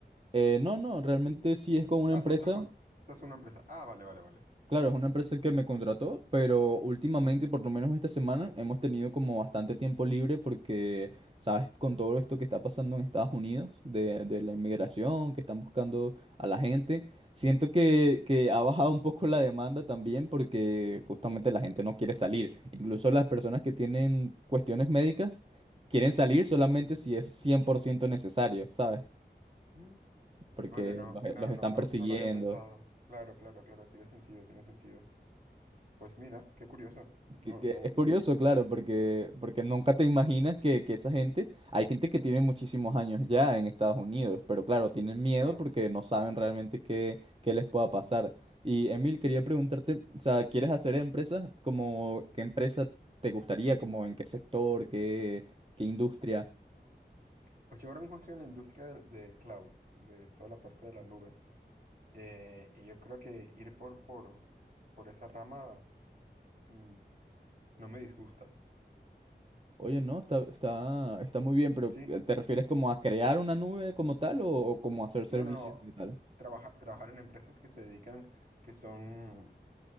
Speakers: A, on the right (about 30°); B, on the right (about 55°).
A: Eh, no, no, realmente sí es con una
B: Ah,
A: empresa.
B: o sea, estás con, estás en una empresa. Ah, vale, vale, vale.
A: Claro, es una empresa que me contrató, pero últimamente, por lo menos esta semana, hemos tenido como bastante tiempo libre porque, sabes, con todo esto que está pasando en Estados Unidos, de, de la inmigración, que están buscando a la gente, siento que, que ha bajado un poco la demanda también porque justamente la gente no quiere salir. Incluso las personas que tienen cuestiones médicas quieren salir
B: Ujú,
A: solamente si es 100% necesario, ¿sabes?
B: mm.
A: Porque
B: Vale, no,
A: los,
B: claro,
A: los
B: no,
A: están
B: no,
A: persiguiendo.
B: no lo había pensado. Claro, claro, claro, tiene sentido, tiene sentido. Pues mira, qué curioso. No,
A: Que, que
B: no,
A: es
B: no,
A: curioso, claro, porque, porque nunca te imaginas que, que esa gente, hay gente que tiene muchísimos años ya en Estados Unidos, pero claro, tienen miedo
B: claro.
A: porque no saben realmente qué, qué les pueda pasar. Y Emil, quería preguntarte, o sea, ¿quieres hacer empresas? Como, ¿qué empresa te gustaría? Como, ¿en qué sector? ¿Qué, qué industria?
B: Pues yo ahora mismo estoy en la industria de, de cloud, de toda la parte de la nube. Eh, y yo creo que ir por, por, por esa rama, mm, no me disgusta.
A: Oye, no, está, está, está muy bien, pero
B: Sí,
A: eh, ¿te refieres como a crear una nube como tal o, o como hacer servicios
B: No, no, no.
A: y tal?
B: Trabaja- trabajar en empresas que se dedican, que son,